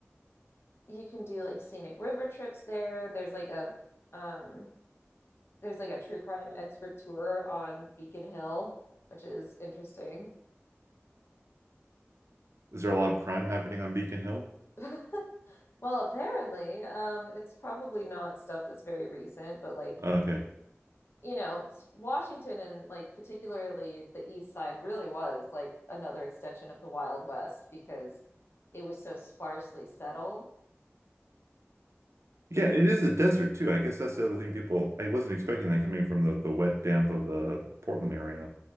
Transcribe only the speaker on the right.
Is there a lot of crime happening on Beacon Hill?
Okay.
Yeah, it is a desert too. I guess that's
the other thing people, I wasn't expecting that coming from the, the wet damp of the Portland area.